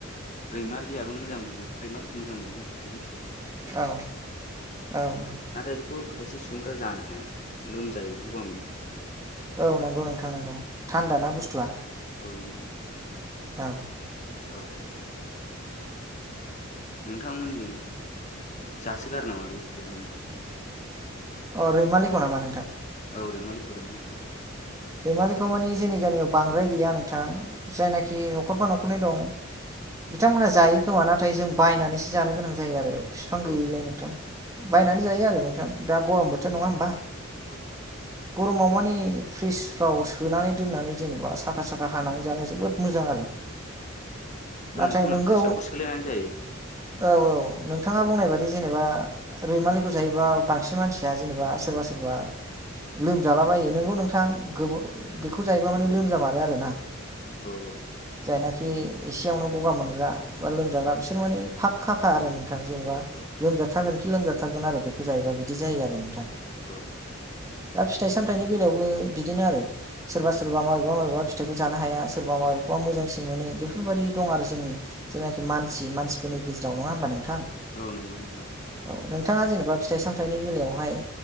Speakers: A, on the left; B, on the right.
A: रैमालियबो मोजां मोना रैमालिखौ मोजां मोनो आंस्ट्रिक्टआव
B: औ औ औ
A: नाथाय बेखौ खायसे सुबुंफ्रा जानो हाया लोमजायो गगा मोनो
B: औ नंगौ नोंथां नांगौ थान्दा ना बुस्थुआ
A: औ नंगौ
B: औ
A: औ नोंथांमोननिजों जासोगारो नामा बे फिथाइखौ नोंथां
B: अ रैमालिखौ नामा नोंथां?
A: औ रैमालिखौ रैमालिखौ
B: रैमालिखौ मानि जोंनि गामियाव बांद्राय गैया नोंथां जायनाखि न'खरफा न'खरनै दं बिथांमोना जायो खोमा नाथाय जों बायनानैसो जानो गोनां जायो आरो। फिफां
A: औ
B: गैयिलाय नोंथां बायनानै जायो आरो नोंथां दा गरम बोथोर नङा होमबा
A: औ नंगौ
B: गरमाव मानि फ्रिस फाव सोनानै दोननानै जेनेबा साखा साखा हानानै जानो जोबोद मोजां आरो नाथाय
A: नोंथांमोना
B: नोंगौ
A: फ्रेसआवबो सोलायनानै जायो।
B: औ औ नोंथाङा
A: औ
B: बुंनाय बादि जेनेबा। रैमालिखौ जायोबा बांसिन मानसिया जेनेबा सोरबा सोरबा लोमजालाबायो नोंगौ नोंथां गोबाव बेखौ जायोबा माने लोमजामारो आरोना
A: औ औ।
B: जायनाखि एसेयावनो गगा मोनग्रा बा लोमजाग्रा बिसोर माने फा खाखा आरो
A: उम
B: नोंथां जेनेबा
A: औ
B: लोमजाथारगोनखि लोमजाथारगोन आरो बेखौ जायोबा बिदि जायो आरो नोंथां।
A: औ।
B: दा फिथाइ सामथायाइनि बेलायावबो बिदिनो आरो सोरबा सोरबा माबेबा माबेबा फिथाइखौ जानो हाया सोरबा मबेबा मोजांसिन मोनो बेफोरबायदि
A: उम
B: दं आरो जोंनि जायनाखि मानसि मानसिफोरनि गेजेराव नङा होमबा नोंथां?
A: औ नंगौ नंगौ
B: औ नोंथाङा जेनेबा फिथाइ सामथायाइनि बेलायावहाय